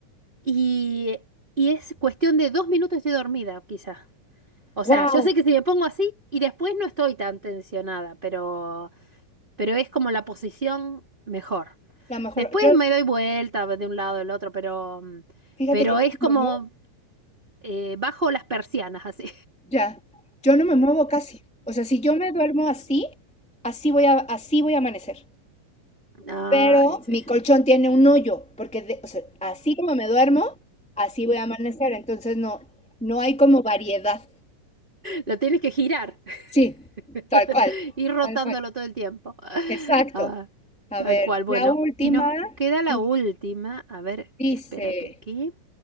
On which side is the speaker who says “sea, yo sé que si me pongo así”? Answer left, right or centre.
Right